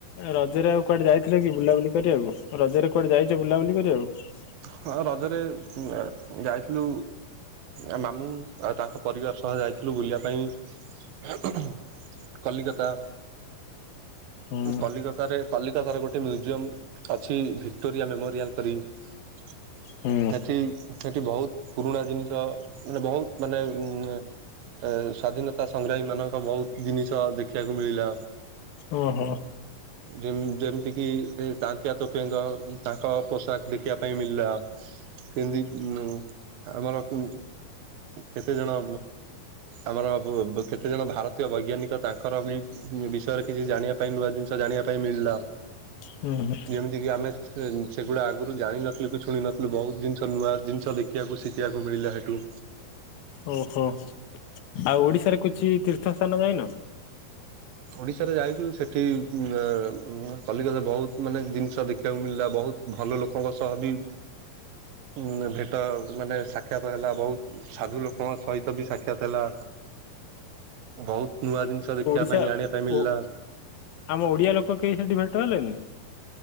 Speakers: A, on the left; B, on the right.
A: ରଜରେ ଆଉ କୁଆଡେ ଯାଇଥିଲେ କି ବୁଲାବୁଲି କରିବାକୁ ରଜରେ କୁଆଡେ ଯାଇଛ ବୁଲାବୁଲି କରିବାକୁ।
B: ହଁ ରଜରେ ଯାଇଥିଲୁ ଅ ମାମୁଁ ଆଉ ତାଙ୍କ ପରିବାର ସହ ଯାଇଥିଲୁ ବୁଲିବାକୁ। ପାଇଁ କଲିକତା
A: ହୁଁ
B: କଲିକତାରେ କଲିକତାର ଗୋଟେ ମ୍ୟୁଜିୟମ, କି ଭିକ୍ଟୋରିଆ ମେମୋରିଆଲ କରି ସେଠି
A: ହୁଁ
B: ସେଠି ବହୁତ୍ ପୁରୁଣା ଜିନିଷ ମାନେ ବହୁତ୍ ମାନେ ଉ ଏ ସ୍ଵାଧୀନତା ସଂଗ୍ରାମୀ ମାନଙ୍କ ବହୁତ ଜିନିଷ ଦେଖିବାକୁ ମିଳିଲା।
A: ଓ ହୋ।
B: ଯେମ ଯେମିତିକି ସେ କାଞ୍ଚିଆ ତ ତାଙ୍କ ତାଙ୍କ ପୋଷାକ ଦେଖିବା ପାଇଁ ମିଳିଲା କେମିତି ଆମର କୁ କେତେ ଜଣ ଆମର ବ କେତେଜଣ ଭାରତୀୟ ବୈଜ୍ଞାନିକ ତାଙ୍କର ବି ବିଷୟରେ କିଛି ଜାଣିବା ପାଇଁ ନୂଆ ଜିନିଷ ଜାଣିବା ପାଇଁ ମିଳିଲା।
A: ହୁଁ ହୁଁ।
B: ଯେମିତିକି ଆମେ ସେଗୁଡ଼ା ଆଗରୁ ଜାଣିିନଥିଲୁ କି ଶୁଣିନଥିଲୁ ବହୁତ ଜିନିଷ ନୂଆ ଜିନିଷ ଦେଖ ଦେଖିବାକୁ ଶିଖିବାକୁ ମିଳିଲା ହେଟୁ।
A: ଓ ହୋ ଆଉ ଓଡିଶାରେ କିଛି ତୀର୍ଥ ସ୍ଥାନ ଯାଇନ‌?
B: ଓଡ଼ିଶାରେ ଯାଇଛୁ ସେଠି କଲିକତାରେ ବହୁତ୍ ମାନେ ଜିନିଷ ଦେଖିବାକୁ ମିଳିଲା ବହୁତ୍ ଭଲ ଲୋକଙ୍କ ସହ ବି ଉ ଭେଟ ମାନେ ସାକ୍ଷାତ ହେଲା ବହୁତ୍ ସାଧୁ ଲୋକଙ୍କ ସହିତ ବି ସାକ୍ଷାତ ହେଲା ବହୁତ୍ ନୂଆ ଜିନିଷ ଦେଖିବା
A: ଆଚ୍ଛା
B: ପାଇଁ ଜାଣିବା ପାଇଁ ମିଳିଲା
A: ଓ ଆମ ଓଡିଆ ଲୋକ କେହି ସେଠି ଭେଟ ହେଲେନି।